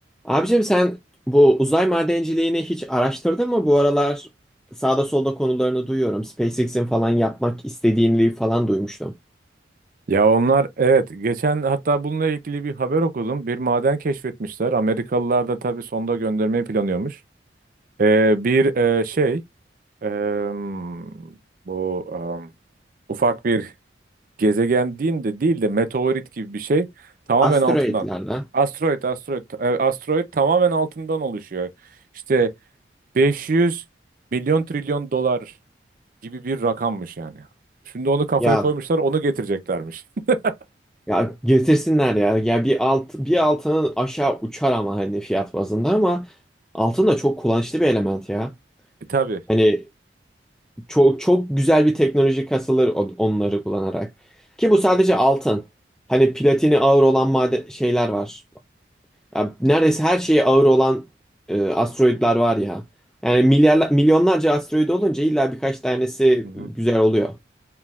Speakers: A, in the centre; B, on the right (about 50°).
A: Abicim sen bu uzay madenciliğini hiç araştırdın mı? Bu aralar sağda solda konularını duyuyorum. SpaceX'in falan yapmak istediğini falan duymuştum.
B: Ya onlar evet geçen hatta bununla ilgili bir haber okudum. Bir maden keşfetmişler. Amerikalılar da tabii sonda göndermeyi planlıyormuş. Ee, bir e, şey em, bu em, ufak bir gezegen diyeyim de değil de meteorit gibi bir şey tamamen
A: Asteroidlerle
B: altından. Asteroid, asteroid, e, asteroid tamamen altından oluşuyor. İşte 500 milyon trilyon dolar gibi bir rakammış yani. Şimdi onu kafaya
A: ya
B: koymuşlar, onu getireceklermiş. <laughs>
A: ya getirsinler ya. Ya bir alt bir altının aşağı uçar ama hani fiyat bazında ama altın da çok kullanışlı bir element ya.
B: E, tabii.
A: Hani çok çok güzel bir teknoloji kasılır on- onları kullanarak. Ki bu sadece altın. Hani platini ağır olan maden şeyler var. Ya neredeyse her şeye ağır olan e, asteroidler var ya. Yani milyarlar, milyonlarca asteroid olunca illa birkaç tanesi
B: Hı hı.
A: güzel oluyor.